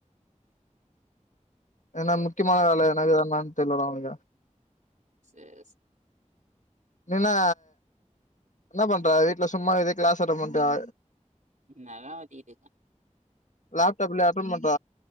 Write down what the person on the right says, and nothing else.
சேர் சேர்
நல்லா வச்சுகங்க